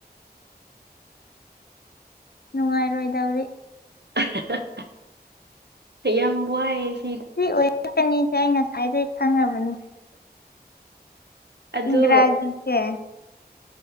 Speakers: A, on the left; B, on the right.
A: ꯅꯨꯡꯉꯥꯏꯔꯣꯏꯗꯧꯔꯤ
B: <inaudible> ꯌꯥꯝ ꯋꯥꯏꯌꯦ
A: ꯁꯤ ꯑꯣꯏꯔꯛꯀꯅꯤꯁꯦ ꯑꯩ ꯉꯁꯥꯏꯗꯩ ꯈꯪꯉꯕꯅꯤ
B: ꯑꯗꯣ
A: ꯏꯪꯂꯔꯥꯖꯤꯁ